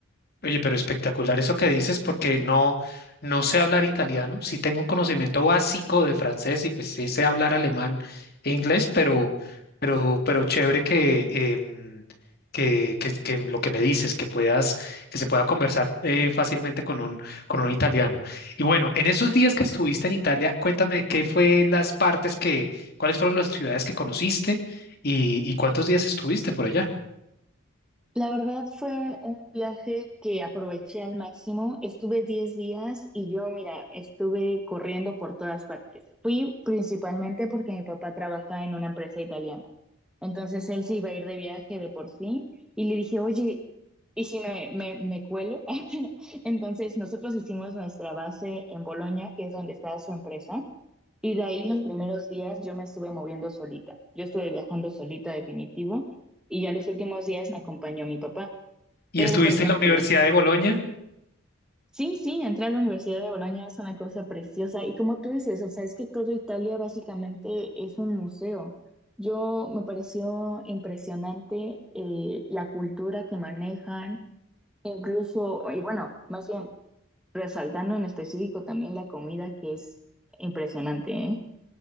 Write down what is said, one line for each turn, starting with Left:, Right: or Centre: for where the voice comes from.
Left: Oye, pero espectacular eso que dices, porque no, no sé hablar italiano. Sí tengo un conocimiento básico de francés y pues sí sé hablar alemán e inglés, pero, pero, pero chévere que, em, que, que, que lo que me dices, que puedas, que se pueda conversar eh, fácilmente con un, con un italiano. Y bueno, en esos días que estuviste en Italia, cuéntame qué fue las partes que, cuáles fueron las ciudades que conociste y, y cuántos días estuviste por allá.
Centre: La verdad fue un viaje que aproveché al máximo. Estuve 10 días y yo, mira, estuve corriendo por todas partes. Fui principalmente porque mi papá trabaja en una empresa italiana. Entonces él se iba a ir de viaje de por sí y le dije, oye, ¿y si me, me, me cuelo? <laughs> Entonces nosotros hicimos nuestra base en Bolonia, que es donde está su empresa. Y de ahí los primeros días yo me estuve moviendo solita. Yo estuve viajando solita definitivo y ya los últimos días me acompañó mi papá.
Left: ¿Y
Centre: Pero,
Left: estuviste
Centre: por ejemplo,
Left: en la Universidad de Bolonia?
Centre: sí, sí, entrar a la Universidad de Bolonia es una cosa preciosa y como tú dices, o sea, es que todo Italia básicamente es un museo. Yo me pareció impresionante eh, la cultura que manejan, incluso, y bueno, más bien resaltando en específico también la comida que es impresionante, ¿eh?